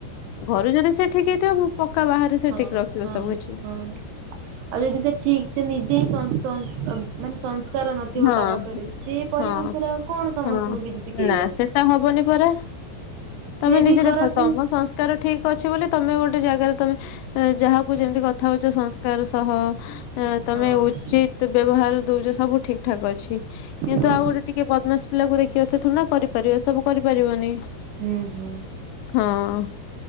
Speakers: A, on the left (about 85°); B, on the right (about 75°).
A: ଘରୁ ଯଦି ସେ ଠିକ ହେଇଥିବ ମୁ ପକ୍କା ବାହାରେ ସେ
B: ହଁ
A: ଠିକ ରଖିବ
B: ହଁ
A: ସବୁ କିଛି।
B: ହଁ। ଆଉ ଯଦି ସେ ଠିକ ସେ ନିଜେ ସଂସ୍ - ସଂସ ମାନେ ସଂସ୍ ସଂସ୍କାର ନଥିବ
A: ହଁ
B: ତା ପାଖରେ ସେ ପରିବେଶରେ
A: ହଁ
B: ଆଉ କଣ ସମସ୍ତଙ୍କୁ
A: ହଁ
B: କିଛି ଶିଖେଇବ।
A: ନା ସେଟା ହବନି ପରା ତମେ
B: ସିଏ
A: ନିଜେ
B: ବି ଖରାପ
A: ଦେଖ ତମ
B: ଜିନି
A: ସଂସ୍କାର ଠିକ ଅଛି ବୋଲି ତମେ ଗୋଟେ ଜାଗାରେ ତମେ ଯାହାକୁ ଯେମିତି କଥା ହଉଛ ସଂସ୍କାର ସହ ତମେ
B: ହଁ
A: ଉଚିତ ବ୍ୟବହାର ଦଉଚ ସବୁ ଠିକ୍ ଠାକ୍ ଅଛି। କିନ୍ତୁ
B: ହଁ
A: ଆଉ ଗୋଟେ ଟିକେ ବଦମାସପିଲା କୁ ଦେଖିବ, ସେ ଥିଡିନା କରିପାରିବ ଏ ସବୁ କରିପାରିବନି।
B: ହୁଁ ହୁଁ
A: ହଁ